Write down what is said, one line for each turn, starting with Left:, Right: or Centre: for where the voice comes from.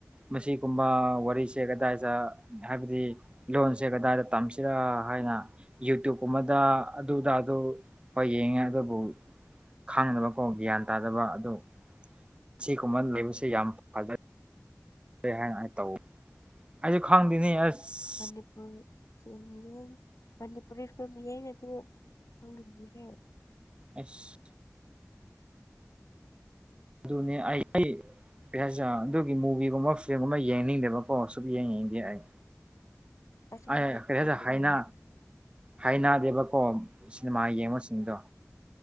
Right: ꯃꯁꯤꯒꯨꯝꯕ ꯋꯥꯔꯤꯁꯦ ꯀꯗꯥꯢꯗ ꯍꯥꯢꯕꯗꯤ ꯂꯣꯟꯁꯦ ꯀꯗꯥꯢꯗ ꯇꯝꯁꯤꯔ ꯍꯥꯢꯅ ꯌꯨꯇ꯭ꯌꯨꯕꯀꯨꯝꯕꯗ ꯑꯗꯨꯗ ꯑꯗꯨ ꯍꯣꯢ ꯌꯦꯡꯉꯦ ꯑꯗꯨꯕꯨ ꯈꯥꯡꯗꯕꯀꯣ ꯒ꯭ꯌꯥꯟ ꯇꯥꯗꯕ ꯑꯗꯨ ꯑꯁꯤꯒꯨꯝꯕ <unintelligible> ꯌꯥꯝ ꯐꯒꯩ ꯀꯩ ꯍꯥꯢꯅ ꯑꯩ ꯇꯧ ꯑꯩꯁꯨ ꯈꯪꯗꯦꯅꯦ ꯑꯁ
Left: ꯃꯅꯤꯄꯨꯔ ꯐꯤ ꯃꯅꯤꯄꯨꯔꯔꯤ ꯐꯤꯂꯝ ꯌꯦꯡꯉꯦꯀꯣ <unintelligible>
Right: ꯑꯁ ꯑꯗꯨꯅꯦ ꯑꯩ ꯑꯩ ꯀꯩ ꯍꯥꯢꯖꯤꯔ ꯑꯗꯨꯒꯤ ꯃꯨꯚꯤꯒꯨꯝꯕ ꯐ꯭ꯤꯂꯝꯒꯨꯝꯕ ꯌꯦꯡꯅꯤꯡꯗꯦꯕꯀꯣ ꯁꯨꯛꯌꯦꯡ ꯌꯦꯡꯅꯤꯡꯗꯦ ꯑꯩ
Left: ꯑꯩꯁꯨ
Right: ꯑꯩ
Left: ꯃꯅꯤꯄꯨꯔꯤ
Right: ꯀꯔꯤ <unintelligible>
Left: ꯐꯤꯂꯝ
Right: ꯍꯥꯢꯅ
Left: ꯌꯦꯡꯅꯤꯡꯉꯦ
Right: ꯍꯥꯢꯅꯥꯗꯦꯕꯀꯣ ꯁꯤꯅꯦꯃꯥ ꯌꯦꯡꯕꯁꯤꯡꯗꯣ